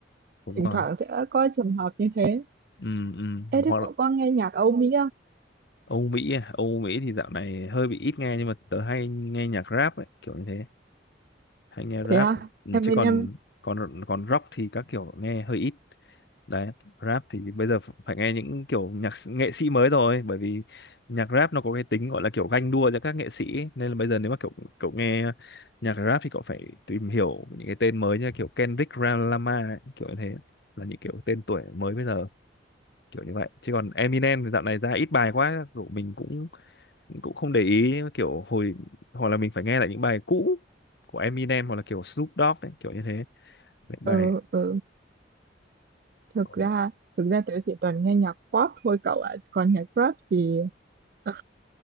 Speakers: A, on the left; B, on the right.
A: đúng
B: thỉnh
A: rồi
B: thoảng sẽ có trường hợp như thế
A: ừ ừ
B: Ê,
A: hoặc
B: thế cậu
A: là
B: có nghe nhạc Âu Mỹ
A: Âu Mỹ à Âu Mỹ thì dạo này hơi bị ít nghe nhưng mà tớ hay nghe nhạc rap ấy kiểu như thế hay nghe rap
B: thế à
A: ừ,
B: em
A: chứ
B: bên
A: còn
B: em
A: còn còn rock thì các kiểu nghe hơi ít đấy rap thì bây giờ phải nghe những kiểu nhạc s- nghệ sĩ mới rồi bởi vì nhạc rap nó có cái tính gọi là kiểu ganh đua giữa các nghệ sĩ ấy. nên là bây giờ nếu mà kiểu cậu nghe nhạc rap thì cậu phải tìm hiểu những cái tên mới như là kiểu Kendrick Lamar ấy, kiểu như thế là những kiểu tên tuổi mới bây giờ kiểu như vậy chứ còn Eminem thì dạo này ra ít bài quá kiểu mình cũng cũng không để ý kiểu hồi hoặc là mình phải nghe lại những bài cũ của Eminem hoặc là kiểu Snoop Dogg ấy, kiểu như thế Những bài
B: ờ ờ, thực
A: ừ.
B: ra thực ra tớ chỉ toàn nghe nhạc pop thôi cậu ạ còn nhạc rap thì <laughs> tớ